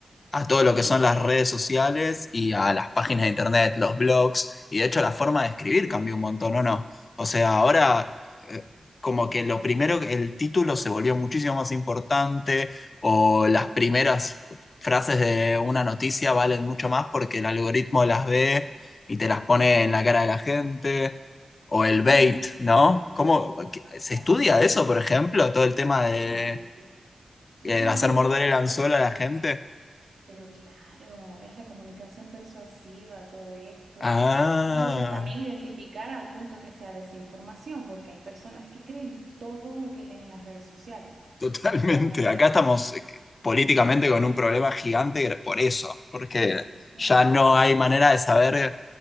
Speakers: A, on the left (about 50°); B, on the right (about 80°).
A: a todo lo que son las redes sociales y a las páginas de internet, los blogs, y de hecho la forma de escribir cambió un montón, ¿o no? O sea, ahora eh, como que lo primero, el título se volvió muchísimo más importante o las primeras frases de una noticia valen mucho más porque el algoritmo las ve y te las pone en la cara de la gente o el bait,
B: Mm,
A: ¿no? ¿Cómo qué-
B: total,
A: se estudia eso, por ejemplo? Todo el tema de,
B: sí. De
A: eh,
B: todas
A: hacer
B: maneras,
A: morder el anzuelo
B: porque
A: a la gente.
B: Pero claro, es la comunicación persuasiva, todo esto.
A: Ah,
B: Y bueno, también
A: <laughs>
B: identificar al punto que sea desinformación, porque hay personas que creen todo lo que leen en las redes sociales.
A: totalmente.
B: De todas maneras,
A: Acá estamos
B: sí.
A: eh, políticamente con un problema gigante por eso, porque
B: Mm.
A: ya no hay manera de saber